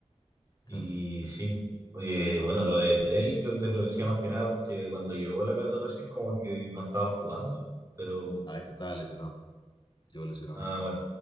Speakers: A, on the right; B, on the left.
A: Y
B: Claro.
A: sí, eh, bueno, lo de Medel yo te lo decía más que nada porque cuando llegó la Cato recién como que no estaba jugando, pero
B: Ah, es que estaba lesionado. Qué lesionado?
A: nada, bueno.